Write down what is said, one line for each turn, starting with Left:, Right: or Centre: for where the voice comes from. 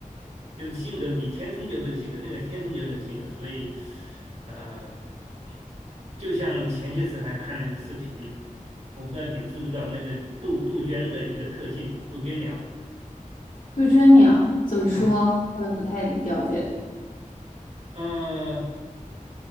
Right: 就是性格，你天生就这个性格，那个天生就那个性格，所以呃，就像前些时还看了一个视频，我不知道你知不知道那个杜杜鹃的一个特性，杜鹃鸟。
Left: 杜鹃鸟怎么说？
Right: 啊。
Left: 可能不太了解。
Right: 呃，